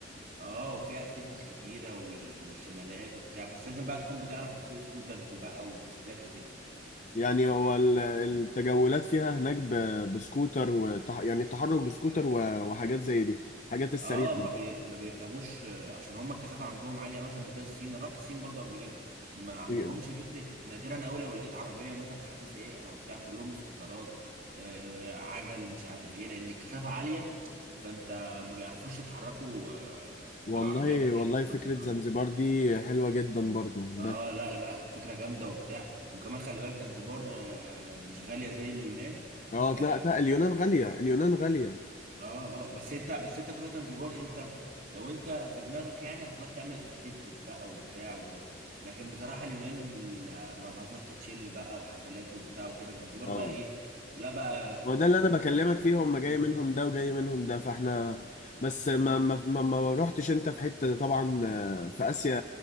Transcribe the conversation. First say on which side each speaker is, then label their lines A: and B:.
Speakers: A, on the right; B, on the left.
A: اه وفيها اكتيفيتيز كتيره وال- والشلالات وبتاع بس لازم بقى تكون بتعرف تسوق سكوترز وبقى وموتوسيكلات وكده
B: يعني هو ال- التجولات فيها هناك ب... بسكوتر وتح... يعني التحرك بسكوتر و... وحاجات زي دي حاجات السريعة
A: اه ما بي... ما بيركبوش آه، عشان هم الكثافه عندهم عاليه مثلا زي الصين انا رحت الصين برضو قبل كده ما عندهمش
B: دي
A: فكره نادرا أوي لو لقيت عربيه مثلا حد سايقها وبتاع كلهم سكوترات آه عجل مش عارف ايه لان الكثافه عاليه فانت ما بيعرفوش يتحركوا آه
B: والله
A: بالعربيات بتاعتهم
B: والله فكرة
A: مثلا اه
B: زنجبار دي حلوة جدا برضو بس
A: اه لا لا فكره جامده وبتاع وكمان خلي بالك زنزبار آه مش غاليه زي اليونان
B: اه
A: آه،
B: لا لا اليونان غالية اليونان غالية
A: اه اه بس انت بس انت تروح زنزبار امتى لو انت في دماغك يعني هتروح تعمل اكتيفيتيز بقى وبتاع وكده لكن بصراحة اليونان ال- لو هتروح تتشيل بقى وحفلات وبتاع وكده زنزبار
B: اه
A: بقى ايه ولا بقى
B: ما هو ده اللي انا بكلمك فيه هم جاي
A: مم.
B: منهم ده وجاي منهم ده فاحنا بس ما ما ما, ما رحتش انت في حتة طبعا آه، في آسيا